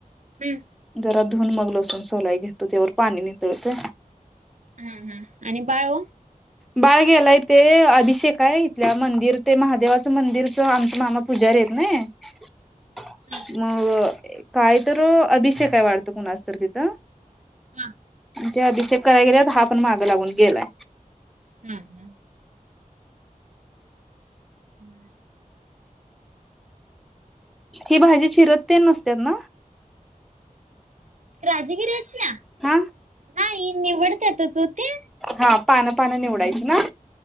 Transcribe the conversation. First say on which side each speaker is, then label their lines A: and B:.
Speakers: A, on the right (about 55°); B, in the centre.
A: हम्म.
B: जरा धुवुन मग लसुन सोलाय घेतो तोवर पाणी नितळतय.
A: हम्म, हम्म आणि बाळ ओ?
B: बाळ गेलाय तेे अभिषेक आहे इथल्या मंदिर ते महादेवाचं मंदिरच आमचं माना पूजारी आहेेत नाही
A: हा
B: मग काय तर अभिषेयक हाय वाटतं कुणास तर तिथं.
A: हा.
B: ते अभिषेक कराय गेलेत हा पण मागं लागून गेलाय.
A: हा का. <unintelligible>
B: ही भाजी चिरत तेंन नसत्यात ना?
A: राजगिऱ्याच्या नाही
B: हा
A: निवडत्यातच हो त्या.
B: हा पानं, पानं निवडायची ना?